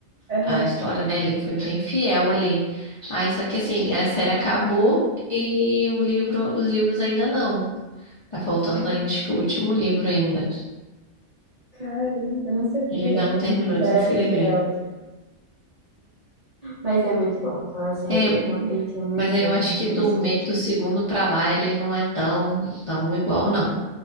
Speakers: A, on the right (about 45°); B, on the left (about 45°).
A: Aham.
B: a história, né? Ele foi bem fiel ali. Aí, só que assim, a série acabou e o livro, os livros ainda não. Tá faltando, aí, acho que o último livro ainda.
A: Caramba, eu não sabia
B: Ele ainda não terminou
A: que
B: de
A: era
B: escrever.
A: fiel. Mas é muito bom, aquela série
B: É,
A: realmente é muito
B: mas aí
A: boa,
B: eu acho
A: muito
B: que do,
A: bem escrita.
B: me- do segundo pra lá ele não é tão, tão igual, não.